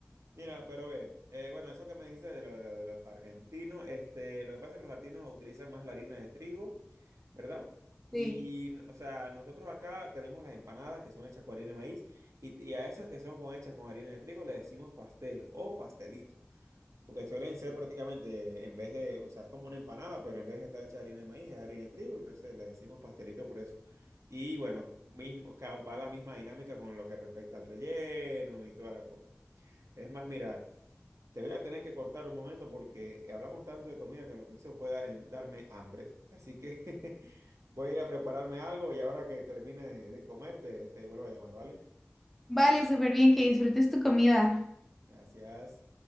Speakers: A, on the right; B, in the centre.
A: Mira, pero ve, eh, bueno, eso que me dijiste de, lo- de lo- de los argentinos, este, lo que pasa es que los argentinos utilizan más la harina de trigo, ¿verdad?
B: Sí.
A: Y, o sea, nosotros acá tenemos las empanadas que son hechas con harina de maíz y, y a esas que son con, hechas con harina de trigo le decimos pastel o pastelito, porque suelen ser prácticamente, en vez de, o sea, es como una empanada, pero en vez de estar hecha de harina de maíz es harina de trigo, entonces le decimos pastelito por eso. Y bueno, mismo, ca- va la misma dinámica con lo que respecta al relleno y toda la cosa. Es más, mira. Te voy a tener que cortar un momento porque hablamos tanto de comida que lo que hizo fue dar- en- darme hambre. Así que <laughs> voy a prepararme algo y ahora que termine de, de comer te, te vuelvo a llamar, ¿vale?
B: Vale, súper bien, que disfrutes tu comida.
A: Gracias.